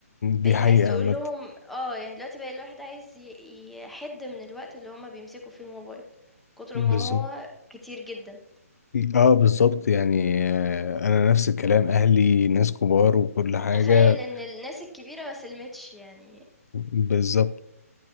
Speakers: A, on the left (about 75°); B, in the centre.
A: دي
B: بقيت
A: حقيقه
B: عايز تقول
A: عامه
B: لهم اه يعني دلوقتي بقى الواحد عايز ي- يحد من الوقت اللي هما بيمسكوا فيه الموبايل كتر
A: بالظبط
B: ما هو كتير جدا
A: اه بالظبط يعني آه، انا نفس الكلام اهلي ناس كبار وكل حاجة
B: تخيل ان الناس الكبيرة ما سلمتش يعني
A: بالظبط